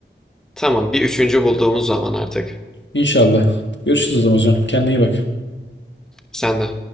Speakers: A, in the centre; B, on the left.
A: Tamam bir üçüncü bulduğumuz zaman artık.
B: İnşallah. Görüşürüz o zaman hocam. Kendine iyi bak.
A: Sen de.